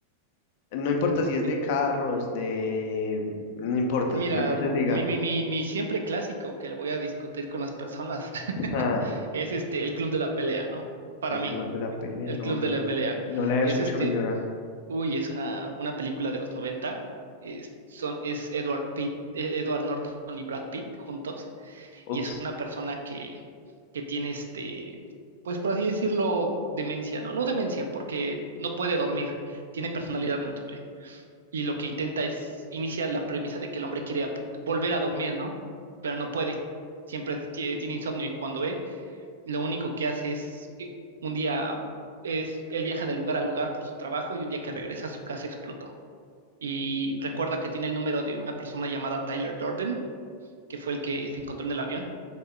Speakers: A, on the left; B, on the right.
A: No importa si es
B: Eh,
A: de carros, de... No importa,
B: Mira,
A: lo que usted diga.
B: mi, mi, mi, mi siempre clásico que lo voy a discutir con las personas <laughs>
A: Ah,
B: es este, el club de la pelea, ¿no? Para
A: el
B: mí.
A: Club de la Pelea,
B: El
A: no,
B: Club de la Pelea.
A: no la he
B: Es
A: escuchado
B: este,
A: mencionar.
B: uy, es una, una película de los noventa Es, son, es Edward Pitt, eh, Edward Norton y Brad Pitt juntos.
A: Uf,
B: Y es una persona que, que tiene este, pues por así decirlo, demencia, ¿no? No demencia, porque no puede dormir. Tiene personalidad múltiple. Y lo que intenta es, inicia la premisa de que el hombre quiere ap- volver a dormir, ¿no? Pero no puede. Siempre tie- tiene insomnio y cuando ve lo único que hace es eh, un día es él viaja de lugar a lugar por su trabajo y un día que regresa su casa explotó. Y recuerda que tiene el número de una persona llamada Tyler Durden, que fue el que se encontró en el avión,